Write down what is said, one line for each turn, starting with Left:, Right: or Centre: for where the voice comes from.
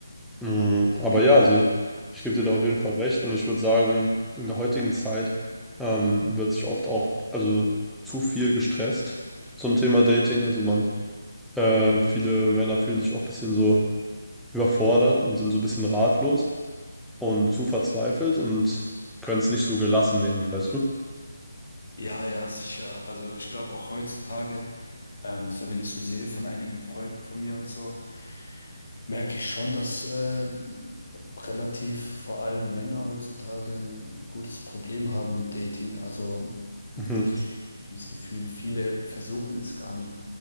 Centre: Mm, Aber
Left: Ja.
Centre: ja, also ich, ich gebe dir da auf jeden Fall recht und ich würde sagen, in der heutigen Zeit ähm, wird sich oft auch also zu viel gestresst zum Thema Dating.
Left: Mhm.
Centre: Also man, äh, viele Männer fühlen sich auch ein bisschen so überfordert und sind so ein bisschen ratlos und zu verzweifelt und können es nicht so gelassen nehmen, weißt du?
Left: Ja, ja, sicher. Also ich glaube auch heutzutage. Ähm, so wenn ich so sehe von einigen Freunden von mir und so, merke ich schon, dass ähm, relativ vor allem Männer heutzutage ein gutes Problem haben mit Dating. Also
Centre: Mhm.
Left: ich habe das Gefühl, viele versuchen es gar nicht